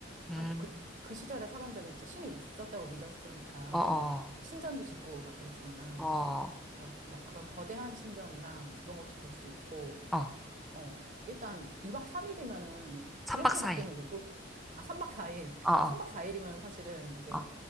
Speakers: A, in the centre; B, on the right.
A: 음.
B: 하고 그, 그 시절에 사람들은 진짜 신이 있었다고 믿었으니까
A: 어, 어,
B: 이제 신전도 짓고 막 그랬잖아.
A: 어,
B: 그래서 막 그런 거대한 신전이랑 그런 것도 볼 수 있고,
A: 어,
B: 어, 일단 2박 3일이면은
A: 3박
B: 그렇게밖에는
A: 4일.
B: 못 볼, 아, 3박 4일.
A: 어, 어,
B: 어, 3박 4일이면 사실은 이제
A: 어,